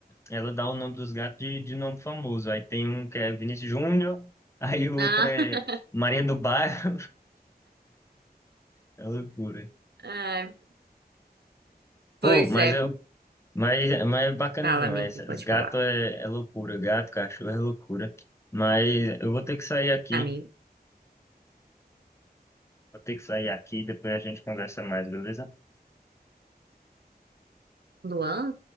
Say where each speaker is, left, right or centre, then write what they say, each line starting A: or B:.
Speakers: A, on the left; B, on the right.
A: ela dá o nome dos gatos de, de nome famoso. Aí tem um que é Vinícius Júnior, <laughs> aí o
B: <laughs>
A: outro é Maria do Bairro. <laughs> É loucura.
B: Ah, ai,
A: Pô,
B: pois
A: mas
B: é.
A: eu, mas, mas é bacana
B: Fala,
A: demais.
B: amigo,
A: Os
B: pode
A: gatos
B: falar.
A: é, é loucura, gato, cachorro é loucura. Mas eu vou ter que sair aqui.
B: Amigo?
A: Vou ter que sair aqui, depois a gente conversa mais, beleza?
B: Luan?